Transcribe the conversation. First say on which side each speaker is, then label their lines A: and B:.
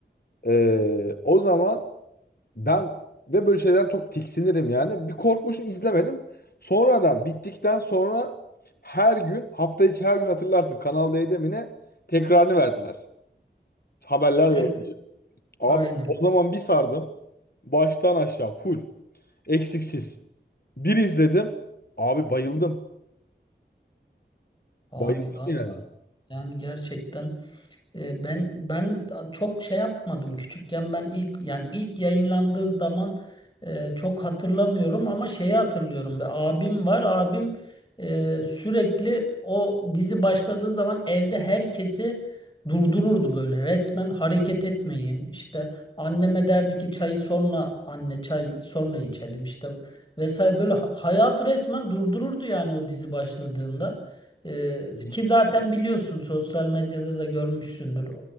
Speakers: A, on the left; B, on the left.
A: E, o zaman ben ve böyle şeyden çok tiksinirim yani. Bir korkmuşum izlemedim. Sonradan bittikten sonra her gün hafta içi her gün hatırlarsın Kanal D'de mi ne tekrarını verdiler. Haberlerle
B: Evet.
A: Abi
B: Aynen
A: o zaman bir sardım. Baştan aşağı full. Eksiksiz. Bir izledim. Abi bayıldım.
B: abi
A: Bayıldım
B: vallahi
A: yani.
B: yani gerçekten E, Ben ben çok şey yapmadım küçükken ben ilk yani ilk yayınlandığı zaman e, çok hatırlamıyorum ama şeyi hatırlıyorum. Bir abim var abim e, sürekli o dizi başladığı zaman evde herkesi durdururdu böyle resmen hareket etmeyin işte anneme derdi ki çayı sonra anne çay sonra içelim işte vesaire böyle ha- hayatı resmen durdururdu yani o dizi başladığında. Ee,
A: Hı.
B: ki zaten biliyorsun sosyal medyada da görmüşsündür.